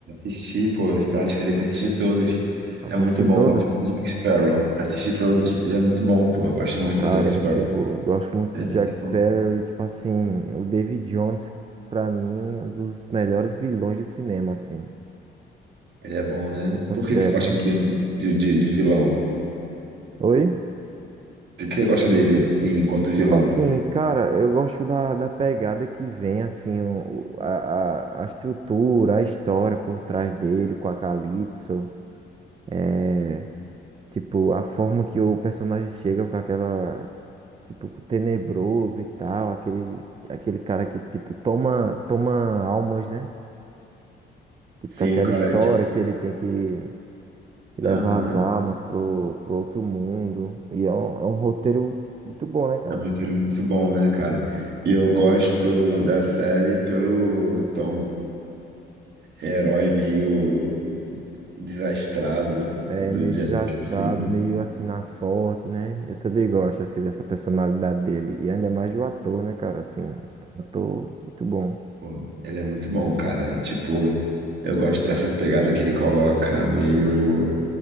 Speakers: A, on the right (about 60°); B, on the right (about 30°).
A: Assisti, pô, Piratas do Caribe, assisti todos.
B: Assisti
A: É muito bom,
B: todos?
A: gosto muito do Jack Sparrow. Assisti todos, ele é muito bom, pô, eu gosto muito
B: Cara,
A: do Jack
B: é muito
A: Sparrow.
B: boa. Eu Gosto muito
A: Ele
B: do
A: é
B: Jack
A: muito
B: Sparrow
A: bom,
B: e, tipo assim, o David Jones, pra mim, um dos melhores vilões do cinema, assim,
A: ele é bom, né?
B: que eu considero,
A: Por que que você gosta
B: né?
A: muito dele, de, de, de vilão?
B: Oi?
A: Por que que você gosta dele enquanto
B: Tipo
A: vilão?
B: assim, cara, eu gosto da, da pegada que vem, assim, o- o- a, a, a estrutura, a história por trás dele, com a Calypso. é, Tipo, a forma que o personagem chega com aquela, tipo, com o tenebroso e tal, aquele, aquele cara que, tipo, toma, toma almas, né? Tipo,
A: Sim,
B: com aquela
A: o cara.
B: história que ele tem que levar
A: Aham.
B: as almas pro, pro outro mundo. E é um, é um roteiro muito bom, né, cara?
A: É um roteiro muito bom, né, cara? E
B: Sim.
A: eu gosto da série pelo tom. é herói meio desastrado
B: É
A: do
B: meio
A: Jack,
B: desastrado,
A: assim.
B: meio assim na sorte, né? Eu também gosto, assim, dessa personalidade dele. E ainda mais do ator, né, cara? Assim, um ator muito bom.
A: Pô, ele é muito bom, cara. Tipo, eu gosto dessa pegada que ele coloca meio.